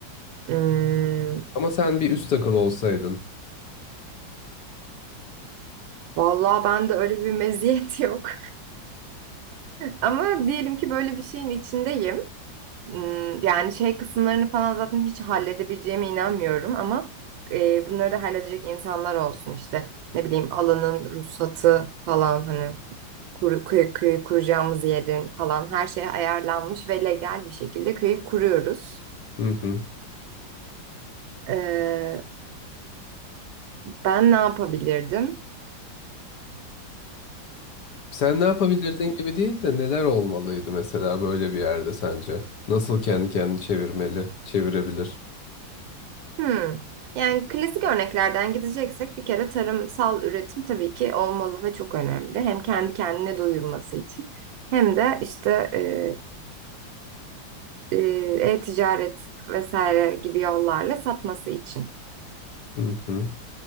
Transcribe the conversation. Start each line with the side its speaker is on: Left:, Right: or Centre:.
Right: Hmm,
Left: Ama sen bir üst akıl olsaydın.
Right: vallahi ben de öyle bir meziyet <laughs> yok. Ama diyelim ki böyle bir şeyin içindeyim. Hmm, yani şey kısımlarını falan zaten hiç halledebileceğime inanmıyorum ama e, bunları da halledecek insanlar olsun işte. Ne bileyim alanın ruhsatı falan hani kuru, köy, köyü kuracağımız yerin falan her şey ayarlanmış ve legal bir şekilde köyü kuruyoruz.
Left: Hı hı.
Right: Ee, ben ne yapabilirdim?
Left: Sen ne yapabilirdin gibi değil de neler olmalıydı mesela böyle bir yerde sence? Nasıl kendi kendini çevirmeli, çevirebilir?
Right: Hmm. Yani klasik örneklerden gideceksek bir kere tarımsal üretim tabii ki olmalı ve çok önemli. Hem kendi kendine doyurması için hem de işte e, e, e-ticaret vesaire gibi yollarla satması için.
Left: Hı hı.